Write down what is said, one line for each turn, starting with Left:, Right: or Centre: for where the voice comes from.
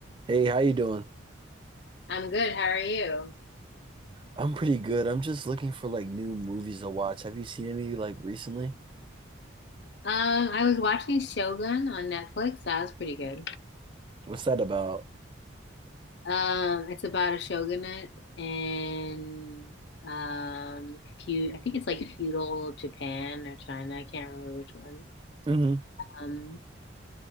Right: Hey, how you doing?
Left: I'm good. How are you?
Right: I'm pretty good. I'm just looking for like new movies to watch. Have you seen any like recently?
Left: Um, I was watching Shogun on Netflix. That was pretty good.
Right: What's that about?
Left: Um, it's about a shogunate in um, feud. I think it's like feudal Japan or China. I can't remember which one.
Right: hmm
Left: Um,